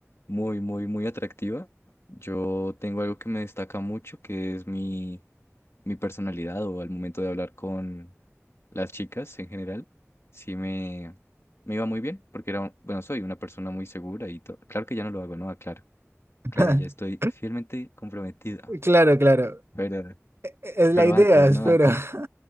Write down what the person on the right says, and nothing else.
<laughs>
Claro, claro.
e, Es la
idea,
espero.
<laughs>